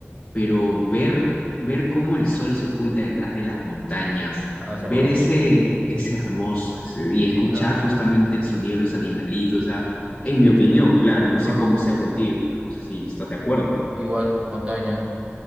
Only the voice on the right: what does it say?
Ah, es
hermoso.
Sí, claro.
No,
no, sí,
sí, sí.
Igual, montaña.